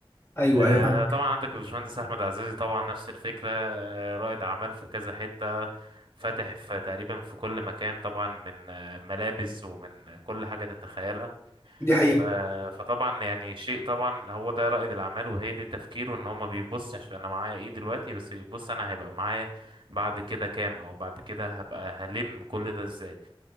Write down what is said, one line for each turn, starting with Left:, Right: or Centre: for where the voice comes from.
Left: ايوه
Right: آه،
Left: ايوه فاهمك
Right: طبعا عندك الباشمهندس أحمد عزازي طبعا نفس الفكرة آه، رائد أعمال في كذا حتة فاتح في تقريبا في كل مكان طبعا من آه، ملابس ومن كل حاجة تتخيلها
Left: دي حقيقه
Right: آه، فطبعا يعني شيء طبعا هو ده رائد الاعمال وهي دي تفكيره ان هو ما بيبصش انا معايا ايه دلوقتي بس بيبص انا هيبقى معايا بعد كده كام او بعد كده هبقى هلم كل ده ازاي